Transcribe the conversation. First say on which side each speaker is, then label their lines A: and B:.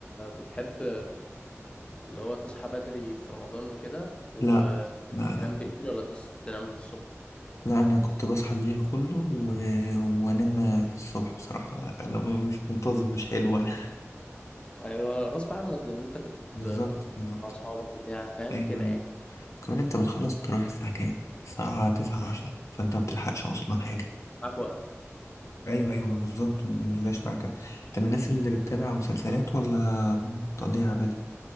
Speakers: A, on the left; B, on the left.
A: بتحب اللي هو تصحى بدري في رمضان وكده وتنام
B: لا لا لا
A: بالليل ولا تص- تنام الصبح
B: لا انا كنت بصحى الليل كله و... وانام في الصبح بصراحه انا مش منتظم مش حلو انا
A: ايوه غصب عنك لان انت كنت
B: بالظبط
A: بتخرج
B: بالظبط
A: مع اصحابك بتاع فاهم
B: ايوه
A: كده
B: ايوه
A: يعني
B: كمان انت بتخلص التراويح الساعه كام الساعه 9 10 فانت ما بتلحقش اصلا حاجه
A: معاك وقت
B: ايوه ايوه بالظبط ما بيبقاش معاك انت من الناس اللي بتتابع مسلسلات ولا بتقضيها عباده